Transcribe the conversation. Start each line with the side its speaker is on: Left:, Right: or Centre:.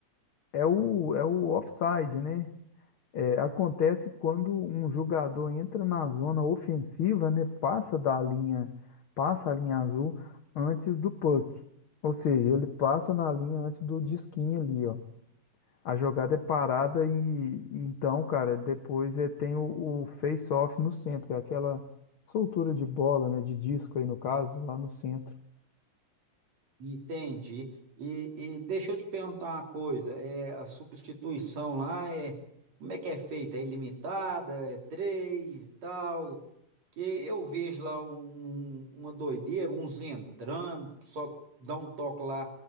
Left: é o, é o offside, né? É, acontece quando um jogador entra na zona ofensiva, né? Passa da linha, passa a linha azul antes do puck. Ou seja, ele passa na linha antes do disquinho ali, ó. A jogada é parada e, e então, cara, depois é, tem o, o face-off no centro, que é aquela soltura de bola, né, de disco aí no caso, lá no centro.
Right: Entendi. E, e deixa eu te perguntar uma coisa, é, a substituição lá é como é que é feita? É ilimitada? É três e tal? Que eu vejo lá um- um, uma doideira, uns entrando, só dá um toque lá